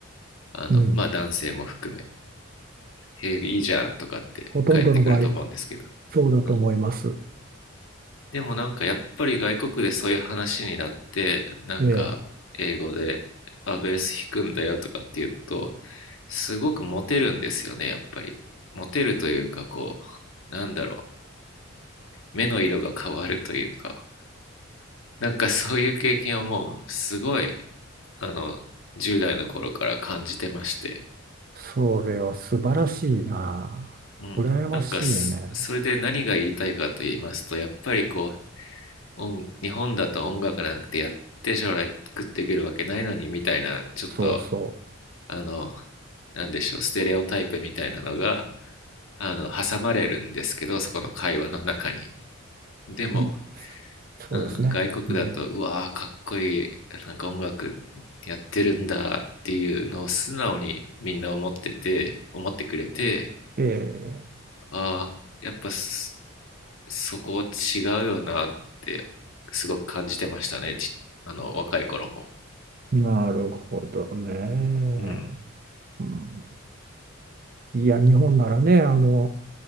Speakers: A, on the left; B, on the right.
A: あの、
B: うん。
A: まあ男性も含め、へえ、いいじゃんとかって帰ってくると思うんですけど。
B: ほとんどの場合そうだと思います。
A: うん。でもなんかやっぱり外国でそういう話になって、なんか英語で、
B: ええ。
A: あ、ベース弾くんだよとかって言うと、すごくモテるんですよね、やっぱり。モテるというか、こう、なんだろう、目の色が変わるというか、なんかそういう経験をもう、すごい、あの、10代の頃から感じてまして。
B: それは素晴らしいな。
A: うん、
B: 羨ましいね。
A: なんかすそれで何が言いたいかと言いますとやっぱりこう音日本だと音楽なんてやって将来食っていけるわけないのにみたいなちょっと
B: そうそ
A: あのなんでしょうステレオタイプみたいなのがあの挟まれるんですけどそこの会話の中に。でも、
B: う。い、
A: うん、
B: そうですね。
A: 外国だとうわーかっこいいなんか音楽やってるんだっていうのを素直にみんな思ってて思ってくれて
B: うん。ええ。
A: ああーやっぱすそこ違うよなってすごく感じてましたねちあの若い頃も、
B: なるほどね。
A: うん、
B: うん、いや、日本ならね、あの、